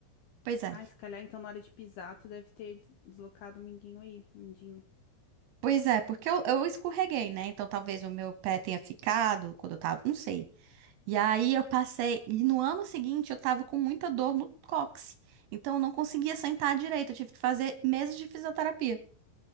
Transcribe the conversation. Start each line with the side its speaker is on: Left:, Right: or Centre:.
Right: Pois é.
Left: Ai, se calhar, então, na hora de pisar, tu deve ter deslocado o minguinho aí, mindinho.
Right: Pois é, porque eu, eu escorreguei, né? Então talvez o meu pé tenha ficado quando eu tava, não sei. E aí eu passei, e no ano seguinte eu tava com muita dor no cóccix. Então eu não conseguia sentar direito, eu tive que fazer meses de fisioterapia.